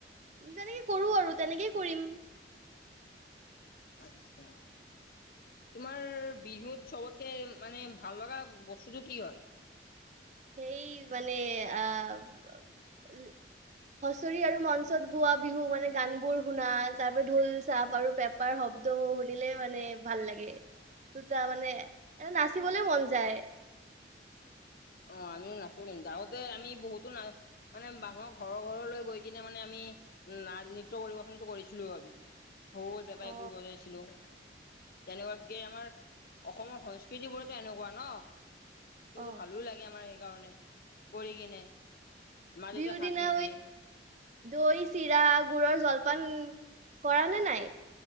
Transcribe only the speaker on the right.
তেনেকে কৰো আৰু তেনেকেই কৰিম।
সেই মানে আহ উ হুচৰি আৰু মঞ্চত গোৱা বিহু মানে গান বোৰ শুনা তাৰ পৰা ঢোল চাপ আৰু পেপাৰ শব্দ, শব্দ শুনিলে মানে ভাল লাগে দুটা মানে এটা নাচিবলৈ মন যায়
অ
অ
বিহুৰ
দিনা
দৈ চিৰা গুৰৰ জলপান কৰা নে নাই